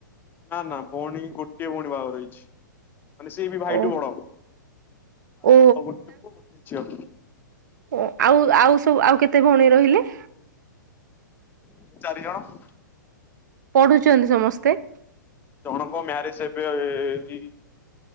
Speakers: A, on the left; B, on the right.
A: ନା ନା ଭଉଣୀ ଗୋଟିଏ ଭଉଣୀ ବାହାଘର ହେଇଛି। ମାନେ ସେ ବି ଭାଇଟୁ
B: ଓ
A: ବଡ ହେବ ତାର
B: ଓ
A: ଗୋଟେ ପୁଅ ଗୋଟେ ଝିଅ।
B: ଓ ଆଉ ଆଉ ସବୁ ଆଉ କେତେ ଭଉଣୀ ରହିଲେ।
A: ରହିଲେ ଚାରିଜଣ।
B: ପଢୁଛନ୍ତି ସମସ୍ତେ।
A: ଜଣଙ୍କ ମ୍ୟାରେଜ ଏବେ ଏଇ